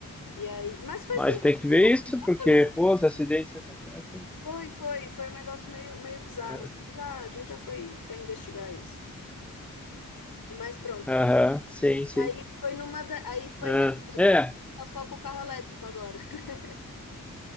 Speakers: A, on the left (about 75°); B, in the centre.
A: E aí, mas foi
B: Mas
A: assim,
B: tem
A: eu-
B: que
A: eu-
B: ver isso,
A: aconteceu-
B: porque, pô, os acidentes acontecem.
A: foi, foi, foi um negócio meio, meio bizarro,
B: É.
A: assim, já, a gente já foi, foi investigar isso. Mas pronto.
B: Aham, sim, sim.
A: Aí foi numa, da- aí foi
B: Ah,
A: nessa,
B: é,
A: só só com o carro elétrico agora. <laughs>